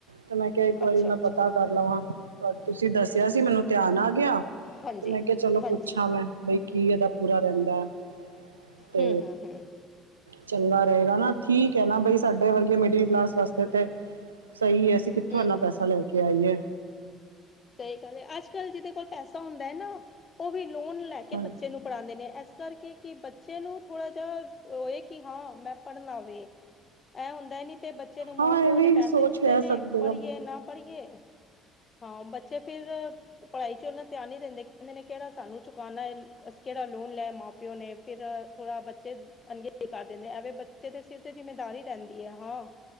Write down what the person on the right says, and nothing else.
ਤੇ ਮੈਂ ਕਿਹਾ ਇੱਕ ਵਾਰੀ
ਮੈਂ
ਪਤਾ ਕਰ ਲਵਾਂ। ਤਦ ਤੁਸੀਂ ਦੱਸਿਆ ਸੀ ਮੈਨੂੰ ਧਿਆਨ ਆ ਗਿਆ,
ਤੇ ਮੈਂ ਕਿਹਾ ਚਲੋ
ਪੁੱਛਾਂ ਮੈਂ ਬਈ ਕੀ ਇਹਦਾ ਪੂਰਾ ਰਹਿੰਦਾ ਤੇ
ਚੰਗਾ ਰਹੇਗਾ ਨਾ ਠੀਕ ਹੈ ਨਾ ਬਈ ਸਾਡੇ ਵਰਗੇ ਮਿਡਲ ਕਲਾਸ ਵਾਸਤੇ ਤੇ ਸਹੀ ਹੈ ਅਸੀਂ ਕਿੱਥੋਂ
ਇੰਨਾ ਪੈਸਾ ਲੈ ਕੇ ਆਈਏ।
ਹਾਂ
ਹਾਂ ਇਹ ਵੀ
ਸੋਚ
ਕਹਿ
ਸਕਦੇ
ਹੋ